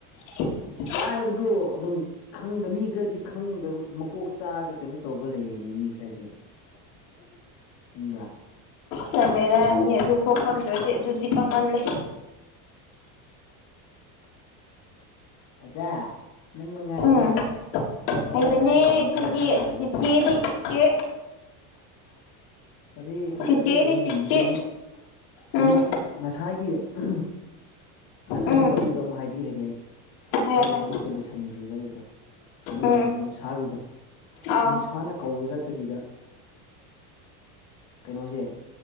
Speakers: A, on the left; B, on the left.
A: <unintelligible>
B: ꯂꯥꯏꯕꯗꯣ ꯑꯗꯨꯝ ꯈꯪꯗ ꯃꯤ ꯈꯔꯗꯤ ꯈꯪꯗꯕ ꯃꯀꯣꯛ ꯆꯥꯛꯑꯒ ꯀꯩꯅꯣ ꯇꯧꯕ ꯂꯩꯌꯦꯅꯦ ꯃꯤ ꯈꯔ ꯍꯥꯏꯗꯤ ꯈꯪꯕꯔ꯭
A: ꯈꯪꯗꯔꯦꯗ ꯃꯤ ꯑꯗꯨ ꯐꯧ ꯈꯪꯗ꯭ꯔꯗꯤ ꯑꯗꯨꯗꯤ ꯄꯪꯃꯜꯂꯦ
B: ꯑꯣꯖꯥ ꯅꯪ ꯃꯉꯥꯏꯔꯦꯅꯦ
A: ꯎꯝ
B: ꯑꯁꯨꯛ ꯑꯔꯥꯏ
A: ꯍꯩꯕꯅꯦ
B: ꯑꯔꯥꯏꯕ
A: ꯑꯩꯈꯣꯏꯒꯤ
B: ꯍꯪꯉꯒ ꯈꯪꯗ꯭ꯔꯒ
A: ꯆꯤꯆꯦꯅꯦ ꯆꯤꯆꯦ
B: ꯐꯔꯦ ꯐꯔꯦ
A: ꯆꯤꯆꯦꯅꯦ
B: ꯑꯗꯣ ꯀꯩꯅꯣꯝ
A: ꯆꯤꯆꯦ
B: ꯍꯪꯕꯤꯒꯦꯅꯦ ꯑꯃꯨꯛ ꯀꯩꯅꯣ
A: ꯎꯝ
B: ꯉꯁꯥꯏꯒꯤ ꯎ ꯉꯁꯥꯏꯒꯤ
A: ꯎꯝ
B: ꯋꯥꯔꯤꯗꯣ ꯑꯃꯨꯛ ꯍꯥꯏꯕꯤꯔꯒꯦ ꯉꯁꯥꯏꯒꯤ
A: ꯍꯥꯏꯌꯣ ꯍꯥꯏꯌꯣ
B: ꯋꯥꯔꯤꯗꯣ ꯂꯣꯏꯁꯟꯗ꯭ꯔꯤꯕ ꯑꯩꯒꯤꯗꯣ ꯀꯩꯅꯣꯗꯣ
A: ꯎꯝ
B: ꯅꯣꯡꯁꯥꯒꯤꯗꯣ
A: ꯑꯥ
B: ꯅꯣꯡꯁꯥꯅ ꯀꯧꯕ ꯆꯠ ꯄꯁꯤꯗ ꯀꯩꯅꯣꯁꯦ